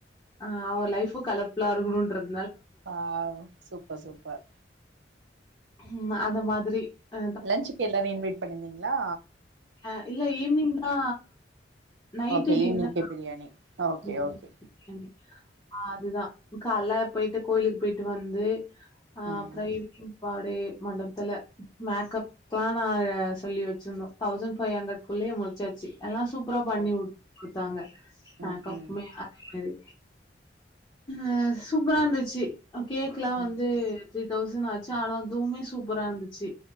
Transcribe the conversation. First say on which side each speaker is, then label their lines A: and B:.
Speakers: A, on the left; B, on the right.
A: ஆ அவ லைஃபு கலர்ஃபுலா இருக்கணுன்றது
B: ஆ சூப்பர் சூப்பர்
A: ம் அந்த மாதிரி அ
B: லன்ச்சுக்கு எல்லாரையு இன்வைட் பண்ணிருந்தீங் லா
A: ஆ இல்ல ஈவ்னிங் தா நைட்டு
B: ஓகே
A: டின்னெர்தா
B: ஈவினிங்க்கு பிரியாணி ஓகே
A: ம்
B: ஓகே
A: ம் அதுதா கால்ல போயிட்டு கோயிலுக்கு போயிட்டு வந்து ஆ
B: ம்
A: அப்றோ ஈவ்னிங் அப்றோ அப்டியே மண்டபத்துல மேக்கப்க்லா நா சொல்லி வச்சிருந்தோ தௌசண்ட் ஃபைவ் ஹண்ரட்குள்ளயே முடிச்சாச்சி எல்லா சூப்பரா பண்ணி
B: ஓ
A: குட் குடுத்தாங்க மேக்கப்புமே
B: ம் ம்
A: அதே மாரி அ சூப்பரா இருந்துச்சி அ கேக்லா
B: ம்
A: வந்து த்ரீ தௌசண்ட் ஆச்சு ஆனா அதுமே சூப்பரா இருந்துச்சி